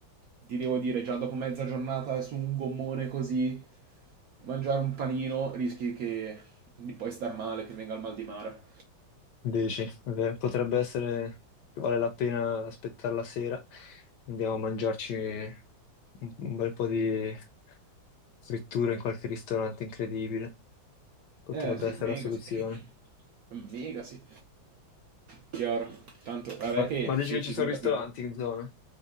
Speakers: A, on the right; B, on the left.
A: ti devo dire, già dopo mezza giornata su un gommone così, mangiare un panino rischi che di poi star male, che venga il mal di mare.
B: Dici, eh, potrebbe essere che vale la pena aspettare la sera. Andiamo a mangiarci un un bel po' di frittura in qualche ristorante incredibile. Potrebbe
A: Eh sì,
B: essere
A: mega
B: la soluzione.
A: sì. <laughs> Mega sì. Chiaro. Tanto, vabbè
B: Ma,
A: che
B: ma dici
A: sì,
B: che ci
A: figurati.
B: sono ristoranti in zona?